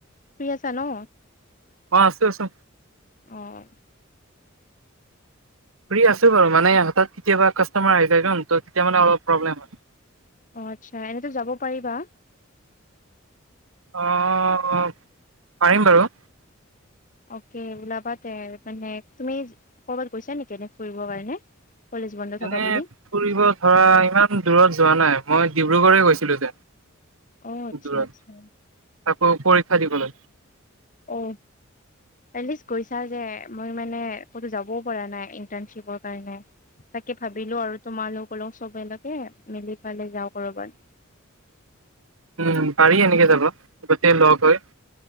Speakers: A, on the left; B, on the right.
A: ফ্ৰী আছা ন?
B: অ, আছোঁ আছোঁ।
A: অ,
B: ফ্ৰী আছোঁ বাৰু মানে হঠাৎ কেতিয়াষ্টমাৰ আহি যায় তেতিয়া মানে অলপ প্ৰব্লেম হয়।
A: অ, আচ্ছা, এনেতো যাব পাৰিবা?
B: অজ পাৰিম বাৰু।
A: অকে ওলাবা তে, মানে তুমি ক'বাত গৈছা নেকি এনে ফুৰিবৰ কাৰণে? কলেজ বন্ধ থকা
B: এনে
A: বুলি
B: ফুৰিব ধৰা ইমান দূৰত যোৱা নাই মই ডিব্ৰুগড় গৈছিলোঁ যেন। ভিতৰত
A: অ আচ্ছা আচ্ছা
B: তাকৌ পৰীক্ষা দিবলৈ।
A: অ, এটলিস্ত গৈছা যে মই মানে কতো যাবও পৰা নাই ইণ্টাৰ্শিপৰ কাৰণে। তাকে ভাবিলোঁ আৰু তোমালোক অলপ চবে লকে মিলি পেলে যাওঁ কৰবাত।
B: উম, পাৰি এনেকে যাব, গোটেই লগ হৈ।